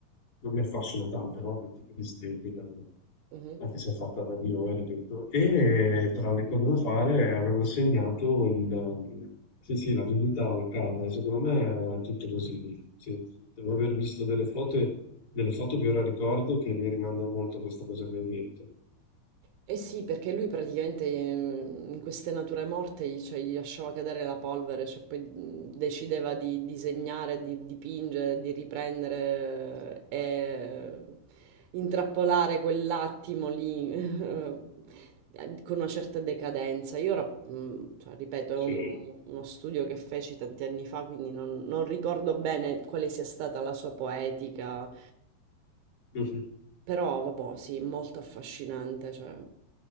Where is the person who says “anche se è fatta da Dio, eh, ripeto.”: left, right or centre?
Left